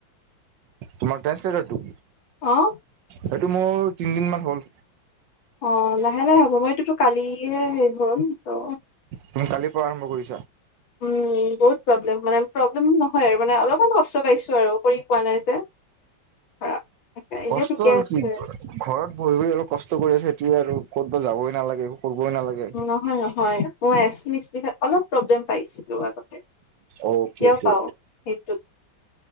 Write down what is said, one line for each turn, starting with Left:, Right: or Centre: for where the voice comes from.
Right: তোমাৰ ট্ৰেসলেটৰটো?
Left: আহ! <unintelligible>
Right: সেইটো মোৰ তিনিদিনমান হ'ল।
Left: অঁ লাহে লাহে হ'ব মই এইটোতো কালিয়ে হেৰি হ'ল ত'
Right: তুমি কালিৰ আৰম্ভ কৰিছে?
Left: উম বহুত প্ৰব্লেম মানে প্ৰব্লেম নহয় আৰু মানে অলপমান কষ্ট পাইছো আৰু কৰি পোৱা নাই যে খাৰাপ। এতিয়া
Right: কষ্ট
Left: ঠিকে
Right: আৰু
Left: আছে
Right: কি ঘৰত বৰি ব আৰু কষ্ট কৰি আছে সটোয়োৱে আৰু ক'তবাত যাবই নালাগে। <unintelligible> নালাগে
Left: নহয় নহয় মই আছোচখ অলপ <unintelligible> প্ৰব্লেম পাইছিলো আগতে কেতিয়াও
Right: অকে অকে
Left: পাওঁ সেইটোত